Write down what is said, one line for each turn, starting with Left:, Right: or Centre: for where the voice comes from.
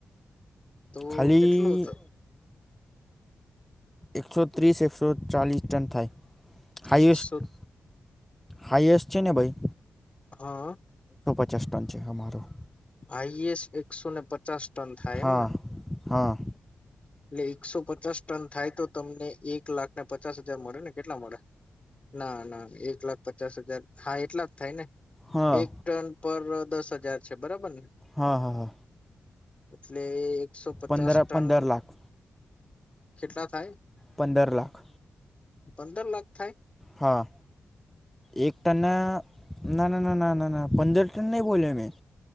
Left: તો
Centre: ખાલી
Left: કેટલું તો
Centre: એકસો ત્રીસ એકસો ચાલીસ ટન થાય હાઇએસ્ટ
Left: એકસો
Centre: હાઈએસ્ટ છે ને ભઈ
Left: હા.
Centre: <unintelligible> છે હમારો.
Left: હોએસ્ટ એકસો ને પચાસ ટન થાય
Centre: હા
Left: એમના?
Centre: હા.
Left: એટલે એકસો પચાસ ટન થાય તો તમને એક લાખને પચાસ હાજાર મળે ને કેટલા મળે? ના ના એક લાખ પચાસ હાજાર હા એટલા જ થાય ને.
Centre: હા
Left: એક
Centre: હા
Left: ટન પર દસ હજાર છે બરાબર ને?
Centre: હા હા
Left: એટલે એકસો પચાસ
Centre: પંદર
Left: ટન
Centre: પંદર લાખ
Left: કેટલા થાય?
Centre: પંદર લાખ
Left: પંદર લાખ થાય?
Centre: હા, એક ટન ના ના ના ના ના ના ના પંદર ટન નહી બોલેયા મેં.